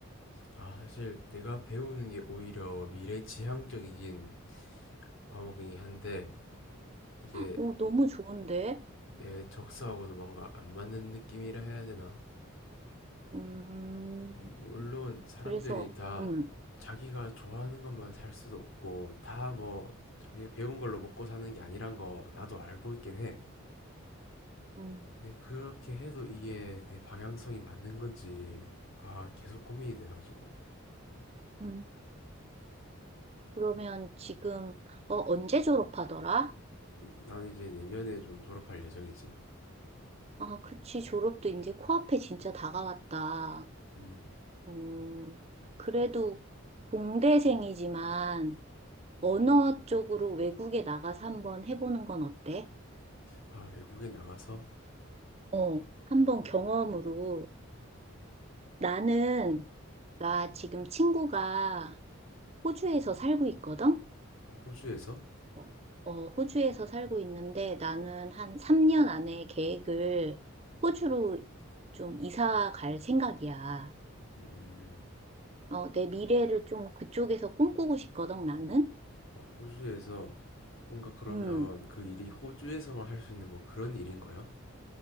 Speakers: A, on the left (about 70°); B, on the right (about 30°).
A: 아 사실 내가 배우는 게 오히려 미래 지향적이긴 과목이긴 한데 이게
B: 어, 너무 좋은데?
A: 내 적성하고도 뭔가 안 맞는 느낌이라 해야 되나?
B: 음,
A: 음, 물론 사람들이
B: 그래서,
A: 다
B: 음,
A: 자기가 좋아하는 것만 살 수도 없고 다 뭐 자기가 배운 걸로 먹고 사는 게 아니란 거 나도 알고 있긴 해.
B: 음,
A: 근데 그렇게 해도 이게 내 방향성이 맞는 건지 아 계속 고민이 돼가지고
B: 음. 그러면 지금, 어, 언제 졸업하더라?
A: 나는 이제 내년에 좀 졸업할 예정이지.
B: 아, 그치, 졸업도 이제 코앞에 진짜 다가왔다.
A: 음,
B: 음, 그래도 공대생이지만, 언어 쪽으로 외국에 나가서 한번 해보는 건 어때?
A: 아 외국에 나가서
B: 어, 한번 경험으로. 나는, 나 지금 친구가 호주에서 살고 있거든?
A: 호주에서
B: 어, 어, 호주에서 살고 있는데 나는 한 3년 안에 계획을 호주로 좀 이사 갈 생각이야.
A: 음,
B: 어, 내 미래를 좀 그쪽에서 꿈꾸고 싶거든, 나는?
A: 어, 호주에서 뭔가 그러면
B: 음,
A: 그 일이 호주에서만 할 수 있는 뭐 그런 일인 거야?